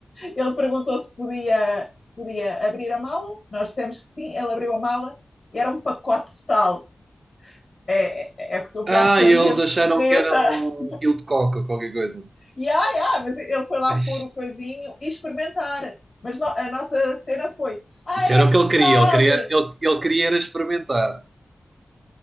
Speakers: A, on the left; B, on the right.
A: ele perguntou se podia, se podia abrir a mala, nós dissemos que sim, ele abriu a mala e era um pacote de sal. É, é é porque eu viajo
B: Ah,
A: com
B: e eles
A: gente
B: acharam
A: forreta,
B: que era um
A: <laughs>
B: quilo de coca ou qualquer coisa.
A: e ah, ah, mas ele foi lá
B: Ai,
A: pôr o coisinho e experimentar. Mas no, a nossa cena foi: ah,
B: Isso era
A: é
B: o
A: sal!
B: que ele queria. Ele queria, ele, ele queria era experimentar.